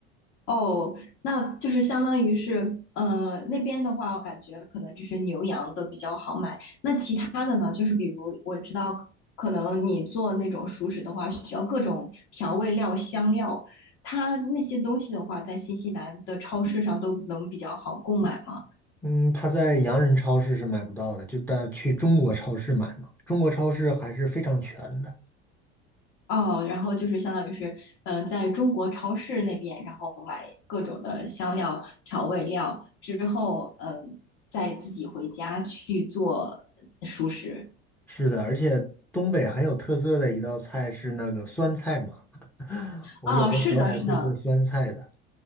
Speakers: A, on the left; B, in the centre.
A: 哦，那就是相当于是，呃，那边的话，我感觉可能就是牛羊都比较好买。那其他的呢？就是比如我知道，可能你做那种熟食的话，需要各种调味料、香料，它那些东西的话，在新西兰的超市上都能比较好购买吗？
B: 嗯，它在洋人超市是买不到的，就但去中国超市买嘛，中国超市还是非常全的。
A: 哦，然后就是相当于是，嗯、在中国超市那边，然后买各种的香料、调味料之后，嗯、再自己回家去做熟食。
B: 是的，而且东北很有特色的一道菜是那个酸菜嘛，<laughs> 我有的时候还会做酸菜的。
A: 啊，是的，是的，